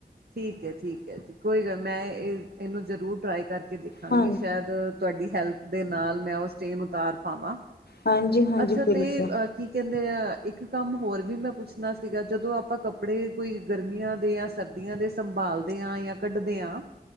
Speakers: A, on the right; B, on the left.
A: ਠੀਕ ਹੈ ਠੀਕ ਹੈ ਜੀ ਕੋਈ ਗੱਲ ਮੈਂ ਇਹ ਇਹਨੂੰ ਜ਼ਰੂਰ ਟਰਾਈ ਕਰਕੇ ਦੇਖਾਂਗੀ
B: ਹਾਂ
A: ਸ਼ਾਇਦ ਤੁਹਾਡੀ ਹੈਲਪ ਦੇ ਨਾਲ ਮੈਂ ਓ ਸਟੇਨ ਉਤਾਰ ਪਾਵਾਂ।
B: ਹਾਂਜੀ-ਹਾਂਜੀ,
A: ਅੱਛਾ
B: ਬਿਲਕੁਲ।
A: ਤੇ ਕੀ ਕਹਿੰਦੇ ਇੱਕ ਕੰਮ ਹੋਰ ਵੀ ਮੈਂ ਪੁੱਛਨਾ ਸੀਗਾ ਜਦੋਂ ਆਪਾਂ ਕੱਪੜੇ ਕੋਈ ਗਰਮੀਆਂ ਦੇ ਯਾ ਸਰਦੀਆਂ ਦੇ ਸੰਭਾਲਦੇ ਹਾਂ ਯਾ ਕੱਢਦੇ ਹਾਂ